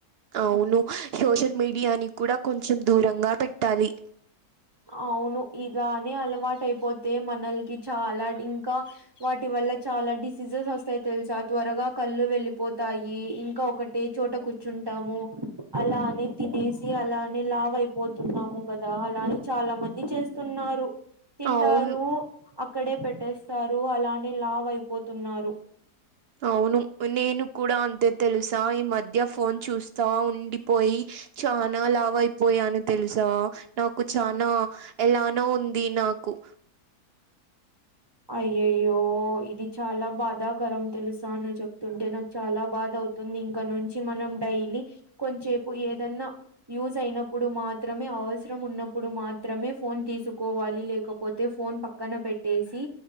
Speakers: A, on the right (about 80°); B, on the right (about 20°).
A: అవును సోషల్ మీడియాని కూడా కొంచెం దూరంగా పెట్టాలి
B: అవును ఇలానే అలవాటు అయిపోతే మనల్కి చాలా ఇంకా వాటి వల్ల చాలా డిసీజెస్ వస్తాయి తెలుసా త్వరగా కళ్ళు వెళ్ళిపోతాయి ఇంకా ఒకటి టె చోట కూర్చుంటాము అలానే తినేసి అలానే లావ్ అయిపోతున్నాము కదా అలానే చాలా మంది చేస్తున్నారు తింటారు
A: అవును
B: అక్కడే పెట్టేస్తారు అలానే లావ్ అయిపోతున్నారు
A: అవును నేను కూడా అంతే తెలుసా ఈ మధ్య ఫోన్ చూస్తా ఉండిపోయి చానా లావు వైపోయాను తెలుసా నాకు చానా ఎలానో ఉంది నాకు
B: అయ్యయ్యో ఇది చాలా బాధాకరం తెలుసా నువ్ చెప్తుంటే నాక్ చాలా బాధ అవుతుంది ఇంక నుంచి మనం డైలీ కొంచెపు ఏదన్నా యూజ్ అయినప్పుడు మాత్రమే అవసరం ఉన్నప్పుడు మాత్రమే ఫోన్ తీసుకోవాలి లేకపోతే ఫోన్ పక్క పక్కన పెట్టేసి